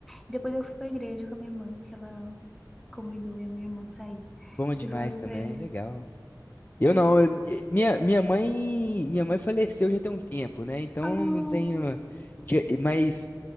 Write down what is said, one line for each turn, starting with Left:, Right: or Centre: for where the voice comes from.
Centre: E depois eu fui pra igreja com a minha mãe, porque ela convidou eu e a minha irmã pra ir.
Left: Bom demais
Centre: E você?
Left: também, legal. Eu
Centre: É.
Left: não, eu- eh, minha, minha mãe, minha mãe faleceu já tem um tempo, né? Então
Centre: Ah,
Left: não tenho, dia- mas